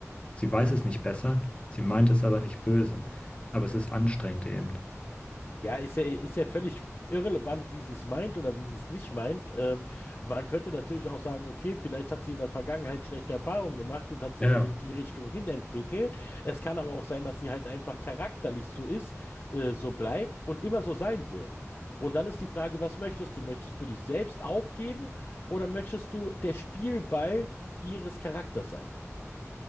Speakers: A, on the left; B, on the left.
A: Sie weiß es nicht besser, sie meint es aber nicht böse. Aber es ist anstrengend eben.
B: Ja, ist ja, ist ja völlig irrelevant, wie sie es meint oder wie sie es nicht meint. Ähm, man könnte natürlich auch sagen, okay, vielleicht hat sie in der Vergangenheit schlechte Erfahrungen gemacht und hat sich
A: Ja, ja,
B: in die Richtung hin entwickelt. Es kann aber auch sein, dass sie halt einfach charakterlich so ist, äh, so bleibt und immer so sein wird. Und dann ist die Frage, was möchtest du? Möchtest du dich selbst aufgeben oder möchtest du der Spielball ihres Charakters sein?